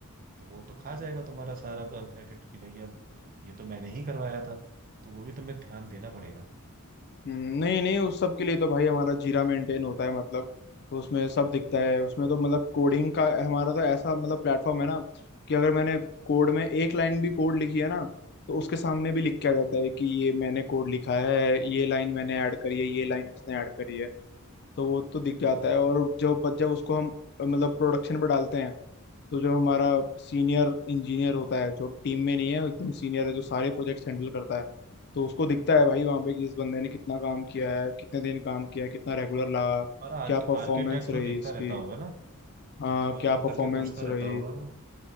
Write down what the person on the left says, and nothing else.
नहीं नहीं उस सब के लिए तो भाई हमारा जीरा मेंटेन होता है मतलब उसमें सब दिखता है उसमें तो मतलब कोडिंग का हमारा तो ऐसा मतलब प्लेटफॉर्म है ना कि अगर मैंने कोड में एक लाइन भी कोड लिखी है ना तो उसके सामने भी लिख के आ जाता है कि ये मैंने कोड लिखा है ये लाइन मैंने ऐड करी है ये लाइन इसने ऐड करी है तो वो तो दिख
जाता है और जब जब उसको हम मतलब प्रोडक्शन पर डालते हैं तो जो हमारा सीनियर इंजीनियर होता है जो टीम में नहीं है वो एकदम सीनियर है जो सारे प्रोजेक्ट्स हैंडल करता है तो उसको दिखता है भाई वहाँ पे कि इस बंदे ने कितना काम किया है कितने दिन काम किया है कितना रेगुलर लगा
क्या परफॉर्मेंस
रही
इसकी
हाँ
क्या
परफॉर्मेंस
रही